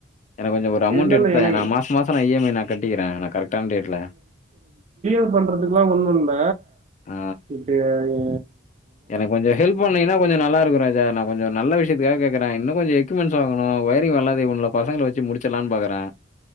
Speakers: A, on the left; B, on the right.
A: எனக்கு கொஞ்சோ ஒரு அமௌண்ட்
B: என்னன்னு
A: எடுத்தாயே
B: எனக்கு
A: நா மாச மாச நா இ எம் ஐ நா கட்டிகிறே நா கரக்டான டேட்ல
B: <unintelligible> பண்றதுக்குலா ஒண்ணு இல்ல
A: ஆ
B: இப்ப எ
A: எனக்கு கொஞ்சோ ஹெல்ப் பண்ணீகன்ன கொஞ்சோ நல்லா இருக்கு ராஜா நா கொஞ்சோ நல்ல விஷயத்துக்காக கேக்குறே இன்னு கொஞ்சோ எக்யூப்மண்ட்ஸ் வாங்கணு வயரிங் வேல <unintelligible> பசங்கள வச்சு முடுச்சற்லானு பாக்குறே